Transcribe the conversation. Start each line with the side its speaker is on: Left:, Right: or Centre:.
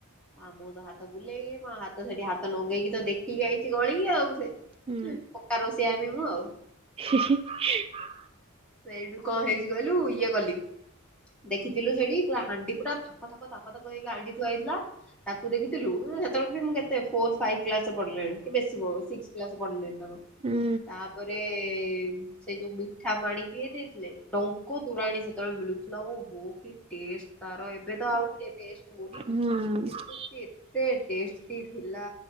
Centre: ହଁ ମୋ ତ ହାତ ବୁଲେଇ ହଁ ହାତ ସେଟି ହାତ ଲଗେଇ କି ତ ଦେଖ ପିକି ଆଇଚି ଗଳିକି ଆଉ ସେ
Right: ହୁଁ
Centre: ପକ୍କା ରୋଷେଇଆ ହେମି ମୁଁ ଆଉ।
Right: <unintelligible>
Centre: ସେଇଟୁ କଣ ହେଇଚି କହିଲୁ ଇଏ କଲି। ଦେଖିଥିଲୁ ସେଇଟି ପୁରା ହାଣ୍ଡି ପୁରା ଥାକ-ଥାକ-ଥାକ-ଥାକ ହେଇକି ହାଣ୍ଡି ଥୁଆହେଇଥିଲା। ତାକୁ ଦେଖିଥିଲୁ ସେତେବେଳେ ବି ମୁଁ କେତେ ଫୋର ଫାଇଭ କ୍ଲାସ୍ ପଢିଲିଣି କି ବେଶୀ ପ ସିକ୍ସ କ୍ଲାସ୍ ପଢିଲିଣି ତା
Right: ହୁଁ
Centre: ତାପରେଏ ସେ ଯଉ ମିଠା ପାଣି ପିଇଛି ଦେଇଥିଲେ ଟଙ୍କ ତୋରାଣି ସେତେବେଳେ ମିଳୁଥିଲା ଓଃ କି ଟେଷ୍ଟ। ତାର ଏବେ ତ ଆଉ ସେ ଟେଷ୍ଟ ହଉନି।
Right: ହୁଁ।
Centre: କିନ୍ତୁ ଏତେ ଟେଷ୍ଟି ଥିଲା